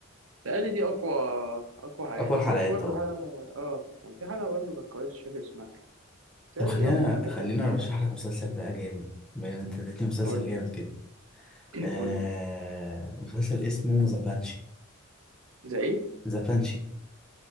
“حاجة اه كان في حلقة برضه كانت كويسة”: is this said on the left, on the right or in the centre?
Right